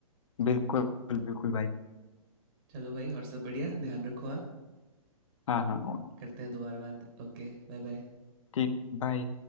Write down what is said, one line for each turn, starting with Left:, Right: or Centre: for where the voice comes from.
Left: बिल्कुल बिल्कुल भाई
Right: चलो भाई और सब बढ़िया ध्यान रखो आप
Left: हाँ हाँ
Right: करते हैं दोबारा बात ओके बाय बाय
Left: ठीक बाय